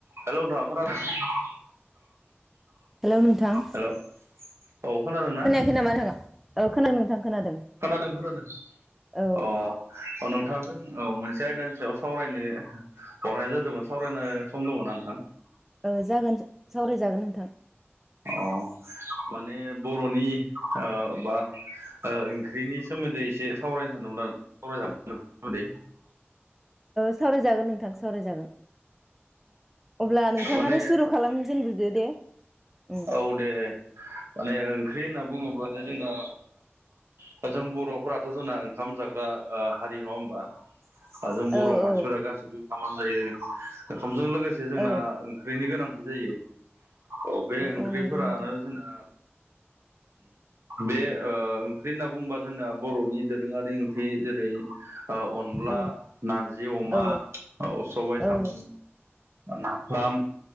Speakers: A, on the right; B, in the centre.
A: Hello नोंथां खोना <unintelligible>
B: hello नोंथां
A: हेलौ औ खोनादोंना?
B: फै नामा नोंथाङा औ खोनादों नोंथां खोनादों
A: खोनादों खोनादों
B: औ
A: अ औ नोंथांजों औ मोनसे आयदानि सायाव सावरायनो हरनाय जादोंमोन सावरायनो सम दङना नोंथां।
B: औ जागोन सावरायजागोन नोंथां
A: अ माने बर'नि बा ओंख्रिनि सोमोन्दै एसे सावरायनो सानदोंमोन आरो <unintelligible> सोमोन्दै
B: सावरायजागोन नोंथां सावरायजागोन अब्ला नोंथाङानो
A: माने
B: सुरु खालामजेनग्रोदो दे उम
A: औ दे माने ओंख्रि होनना बुङोब्लाथाय जोंना दा जों बर'फोराथ' जोंना ओंखाम जाग्रा हारि नङा होमबा? जों बर'
B: औ
A: मानसिफोरा
B: औ
A: गासिबो ओंखामानो जायो ओंखामजों लोगोसे जोंना
B: औ
A: ओंख्रिनि गोनांथि जायो औ बे ओंख्रिफोरानो
B: औ नंगौ नोंथां
A: जोंना बे ओंख्रि होनना बुंङोबा जोंना बर'नि दोरोङारि ओंख्रि जेरै अनला
B: औ
A: नारजि अमा
B: औ
A: सबाय साम'
B: औ
A: नाफाम